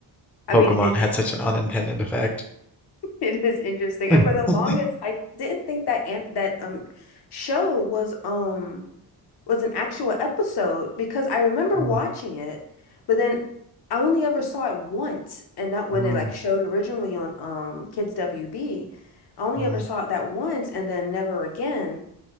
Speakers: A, on the left (about 65°); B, in the centre.
A: I
B: Pokemon
A: mean it,
B: had such an unintended effect.
A: <laughs> It is interesting.
B: <laughs>
A: And for the longest, I didn't think that an that um show was um was an actual episode because I remember
B: Mm,
A: watching it, but then I only ever saw it once, and that when
B: mm,
A: it like showed originally on um Kids WB, I only
B: mm,
A: ever saw it that once and then never again.